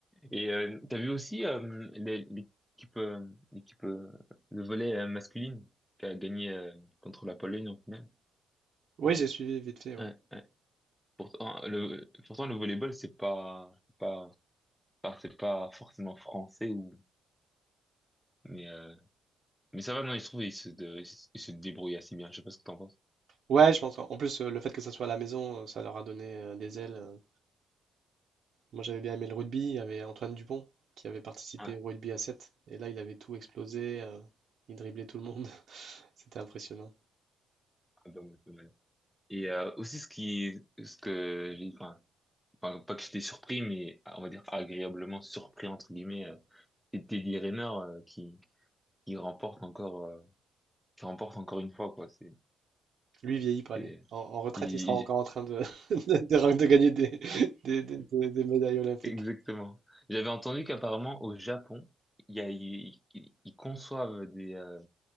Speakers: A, in the centre; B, on the right.
A: Et euh, t'as vu aussi euh, l'é- l'équipe euh, l'équipe euh, le volley euh, masculine qui a gagné euh, contre la Pologne en finale.
B: Oui, j'ai suivi vite fait, ouais.
A: Ouais, ouais. Pourtant le pourtant le volleyball c'est pas c'est pas pas- c'est pas forcément français ou mais euh, mais ça va non ils se trouvent ils se de- ils se débrouillent assez bien. Je sais pas ce que t'en penses.
B: Ouais, je pense qu'en en plus euh, le fait que ça soit à la maison, euh, ça leur a donné euh, des ailes. euh. Moi, j'avais bien aimé le rugby, il y avait Antoine Dupont qui avait participé
A: Ouais. Ah,
B: au rugby à 7 et là, il avait tout explosé, euh, il driblait tout le monde. <laughs> C'était impressionnant.
A: pas mal, pas mal. Et euh, aussi ce qui ce que j'ai enfin enfin, non pas que j'étais surpris, mais on va dire agréablement surpris entre guillemets. euh, C'est Teddy Riner euh, qui qui remporte encore euh, qui remporte encore une fois quoi. C'est
B: Lui, il vieillit pas
A: c'est-
B: lui. En, en retraite,
A: il- il-
B: il sera encore en train de <laughs> de, de- de gagner des, <laughs> des, des- des- des médailles olympiques.
A: exactement. J'avais entendu qu'apparemment au Japon il y a ils ils- ils conçoivent des euh,